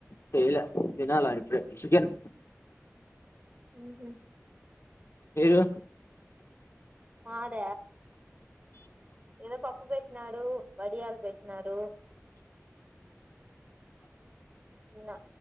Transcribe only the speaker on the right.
హమ్ హమ్
మద ఏదో పప్పు పెట్టినారు వడియాలు పెట్టినరు ఉన్నా